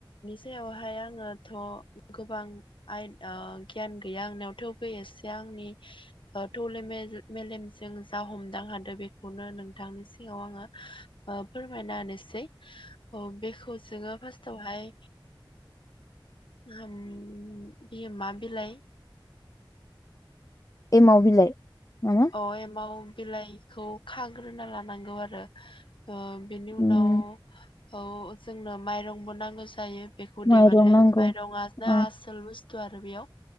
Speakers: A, on the left (about 70°); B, on the left (about 40°).
A: बेयावहाय आङोथ' गोबां आइन गियान गैया आंनियाव थेवबो एसे आंनि थौले मेलेमजों जों जा हमदां हादों बेखौनो नोंथांनि सिगाव आङो फोरमायना होनोसै औ बेखौ जोङो फार्स्टावहाय बियो मा बिलाइ
B: एमाव‌ बिलाइ नामा
A: अ एमाव बिलाइ खौ खाग्रोना लानांगौ आरो ओ बेनि
B: उम
A: उनाव औ जोंनो माइरंबो नांगौ जायो बेखौ
B: माइरं
A: देबाथाय
B: नांगौ
A: माइरंआ जा
B: ओ
A: आसोल बुस थ' आरो बेयाव